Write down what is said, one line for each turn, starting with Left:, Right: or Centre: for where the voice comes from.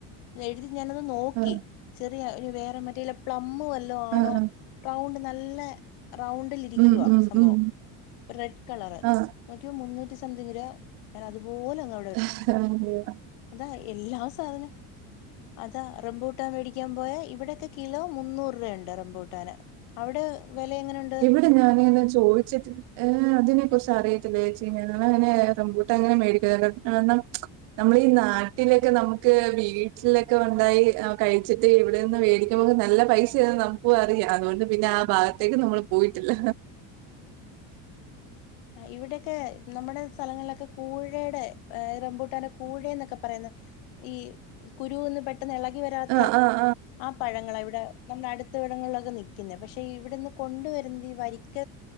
Left: എഴുതി ഞാനത് നോക്കി
Right: ആ
Left: ചെറിയ ഒരു വേറെ മറ്റേയില പ്ലംവല്ലോ ആണോ
Right: ആ ആ.
Left: റൗണ്ട് നല്ല റൗണ്ടിലിരിക്കുവാ
Right: ഉം ഉം
Left: സംഭവം
Right: ഉം
Left: റെഡ് കളർ
Right: ആ
Left: നോക്കിയ മുന്നൂറ്റി സംതിങ് രൂപ ഞൻ അതുപോലങ്ങ്
Right: അഹ <inaudible>
Left: അതാ എല്ലാ സാധനം അതാ റംബൂട്ടാ മേടിക്കാൻ പോയാ ഇവിടെയൊക്കെ കിലോ മുന്നൂറ് രൂപുണ്ട് റംബുട്ട <unintelligible> അവിടെ വിലങ്ങനൊണ്ട
Right: ഇവിടെ ഞാനങ്ങെ ചോദിച്ചിട്ട് എ അതിന കുറിച്ച് അറിയത്തില്ല ഏച്ചി ഞങ്ങളങ്ങനെ റംബൂട്ടാൻ അങ്ങനെ മേടിക്ക <unintelligible> നമ്മളീനാട്ടില്ക്കെ നമുക്ക് വീട്ട്ലെക്കെ ഒണ്ടായി ആഹ് കഴിച്ച് ദേ ഇവിടെന്ന് വേടിക്കുമ്പോള് നല്ല പൈസയന്ന് നമുക്കും അറിയാം അതുകൊണ്ട് പിന്നെ ആഹ് ഭാഗ തേക്ക് നമ്മള് പോയിട്ടില്ല
Left: ഏഹ് ഇവിടെയൊക്കെ നമ്മടെ സ്ഥലങ്ങളിലൊക്കെ കൂഴയുടെ റംമ്പൂട്ടാന്റെ കൂഴ എന്നൊക്കെ പറയുന്നത് ഈ കുരൂന്ന് പെട്ട് ട്ടെന്ന് ഇളകി വരാത്ത
Right: ആഹ് ആഹ്
Left: ആഹ് പഴങ്ങളെവിടെ നമ്മുടെ അടുത്തവിടങ്ങളിലൊക്കെ നി ക്ന്നെ പക്ഷെ ഇവിടെന്ന് കൊണ്ട് വരുന്നത് ഈ വരിക്ക